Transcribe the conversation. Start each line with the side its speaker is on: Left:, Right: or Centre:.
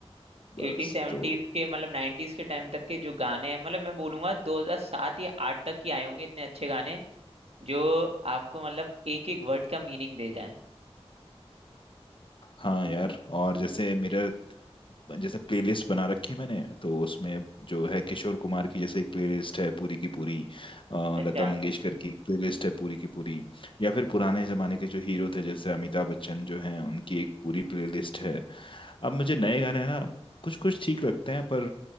Left: बस
Right: एटी सेवेंटीज
Left: तो
Right: के मतलब नाइन्टीज के टाइम तक के जो गाने हैं मतलब मैं बोलूंगा 2007 या 8 तक ही आए होंगे इतने अच्छे गाने जो आपको मतलब एक एक वर्ड का मीनिंग दे जाए
Left: हाँ यार और जैसे मेरा जैसे प्लेलिस्ट बना रखी है मैंने तो उसमें जो है किशोर कुमार की जैसे एक प्लेलिस्ट है पूरी की पूरी अ,
Right: अच्छा
Left: लता मंगेशकर की एक प्लेलिस्ट है पूरी की पूरी या फिर पुराने जमाने के जो हीरो थे जैसे अमिताभ बच्चन जो हैं उनकी एक पूरी प्लेलिस्ट है अब मुझे नए गाने है ना कुछ कुछ ठीक लगते हैं पर